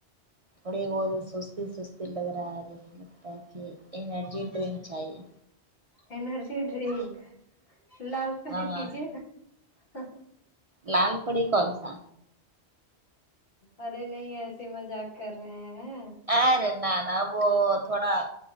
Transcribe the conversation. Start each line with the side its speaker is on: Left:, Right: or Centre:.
Right: تھوڑی بہت سستی سس دل لگ رہا ہے جیسے لگتا ہے کہ انرجی
Left: اچھا
Right: ڈرنک چاہیے
Left: انرجی ڈرنک لال پری
Right: ہاں
Left: پیجئے نہ
Right: لال پڑی کونسا
Left: ارے نہیں ایسے مذاق کر رہے ہیں
Right: ارے نہ نہ وہ تھوڑا